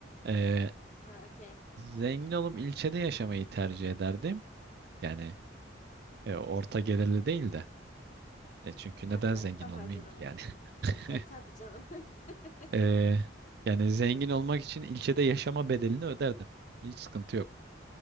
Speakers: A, on the right; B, on the left.
A: Ee,
B: Ha, okey.
A: zengin olup ilçede yaşamayı tercih ederdim. Yani e, orta gelirli değil de. E, çünkü neden
B: Hı hı,
A: zengin
B: daha
A: olmayayım
B: durumun.
A: ki yani? <laughs>
B: Ya tabii canım. <laughs>
A: Ee, yani zengin olmak için ilçede yaşama bedelini öderdim. Hiç sıkıntı yok.